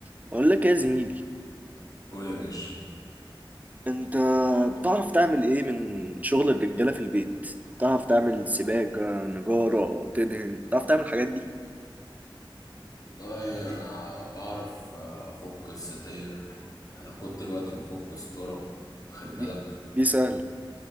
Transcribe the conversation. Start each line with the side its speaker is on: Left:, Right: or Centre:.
Right: بقول لك إيه يا زميلي
Left: قول يا باشا
Right: انت بتعرف تعمل ايه من شغل الرجاله في البيت بتعرف تعمل سباكه نجاره تدهن بتعرف تعمل الحاجات دي
Left: والله انا بعرف آه، افك الستاير انا كنت الوقت بفك ستاره واخد بالك
Right: دي دي سهله